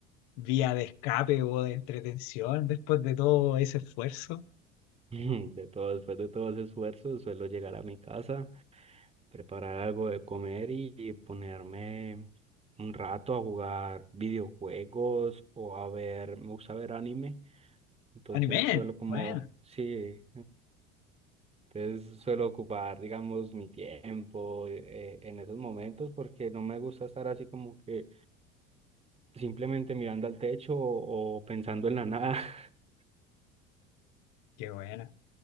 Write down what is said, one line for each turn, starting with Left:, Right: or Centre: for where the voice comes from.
Left: vía de escape o de entretención después de todo ese esfuerzo?
Right: <laughs> De todo, después de todo ese esfuerzo, suelo llegar a mi casa preparar algo de comer y, y ponerme un rato a jugar videojuegos o a ver, me gusta ver anime, entonces
Left: ¡Anime!
Right: suelo como,
Left: Bueno,
Right: sí, entonces suelo ocupar, digamos, mi tiempo eh, en esos momentos porque no me gusta estar así como que simplemente mirando al techo o, o pensando en la nada. <laughs>
Left: qué buena.